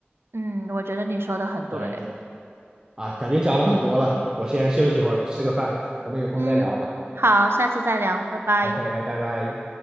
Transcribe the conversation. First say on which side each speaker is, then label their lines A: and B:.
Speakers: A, on the right; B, on the right.
A: 嗯，我觉得你说的很对。
B: 对对啊，感觉讲了很多了，我先休息一会儿，吃个饭，我们有空再聊吧。
A: 嗯，好，下次再聊，拜拜。
B: OK，拜拜拜。